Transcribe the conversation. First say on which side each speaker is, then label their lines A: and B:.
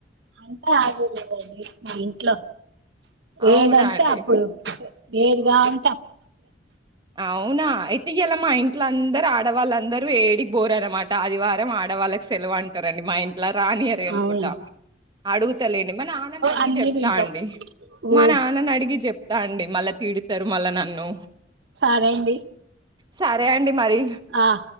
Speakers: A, on the right (about 65°); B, on the right (about 25°).
A: అంతా ఆగేలేదండి మా ఇంట్లో
B: అవునా
A: ఏదంటే
B: అండి?
A: అప్పుడు ఏదిగా కావాలా
B: అవునా ఇయితే ఇయలా మా ఇంట్లో అందరు ఆ ఆడవాళ్ళందరూ ఏడికి పోరనమాట ఆది వారం ఆడవాళ్ళకి సెలవు అంటారండి మా ఇం ఇట్లా రానియరు అనుకుంటా
A: అవును
B: అడుగుత లేండి మా నాన్నని అడిగి
A: అన్ని
B: చెప్తా
A: తింటాం
B: అండి మా
A: ఓ
B: నాన్నని అడిగి చెప్తా అండి మళ్ళా తిడతారు మళ్ళా నో
A: సరే అండి
B: సారే అండి మారి
A: ఆ